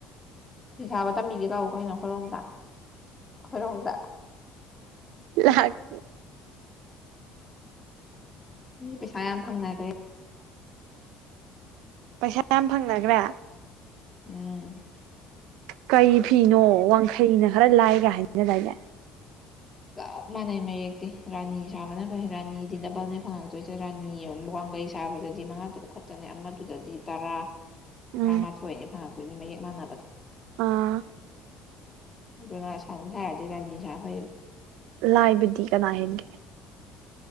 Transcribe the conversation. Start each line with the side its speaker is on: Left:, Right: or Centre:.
Left: ꯄꯩꯁꯥꯕ ꯇꯝꯕꯤꯒꯦ ꯇꯥꯛꯑꯣ ꯀꯩꯅꯣ ꯑꯩꯈꯣꯏꯔꯣꯝꯗ ꯑꯩꯈꯣꯏꯔꯣꯝꯗ
Right: ꯂꯥꯀꯦ
Left: ꯃꯤ ꯄꯩꯁꯥ ꯌꯥꯝ ꯐꯪꯅꯈ꯭ꯔꯦ
Right: ꯄꯩꯁꯥ ꯌꯥꯝ ꯐꯪꯅꯈ꯭ꯔꯦ
Left: ꯎꯝ
Right: ꯀꯔꯤ ꯐꯤꯅꯣ ꯋꯥꯡꯈꯩꯅ ꯈꯔ ꯂꯥꯏꯒ ꯍꯥꯏꯅꯤꯅꯗꯥꯏꯅꯦ
Left: ꯆꯞ ꯃꯥꯟꯅꯩ ꯃꯌꯦꯛꯇꯤ ꯔꯥꯅꯤ ꯁꯥꯕꯅ ꯐꯩ ꯔꯥꯅꯤꯗꯤ ꯗꯕꯜꯅꯦ ꯐꯪꯉꯛꯇꯣꯏꯁꯦ ꯔꯥꯅꯤ ꯑꯃ ꯋꯥꯡ ꯂꯩ ꯁꯥꯕꯗꯗꯤ ꯃꯉꯥ ꯇꯔꯨꯛ ꯈꯇꯅꯦ ꯑꯃꯗꯨꯗꯗꯤ ꯇꯔꯥ ꯇꯔꯥꯃꯥꯊꯣꯏꯅꯤ
Right: ꯎꯝ
Left: ꯐꯉꯛꯇꯣꯏꯅꯦ ꯃꯌꯦꯛ ꯃꯥꯟꯅꯕꯗ
Right: ꯑꯥ
Left: ꯑꯗꯨꯅ ꯁꯅꯤ ꯁꯥꯔꯗꯤ ꯔꯥꯅꯤ ꯁꯥꯕ ꯐꯌꯦꯕ꯫
Right: ꯂꯥꯏꯕꯗꯤ ꯀꯅꯥ ꯍꯦꯟꯒꯦ?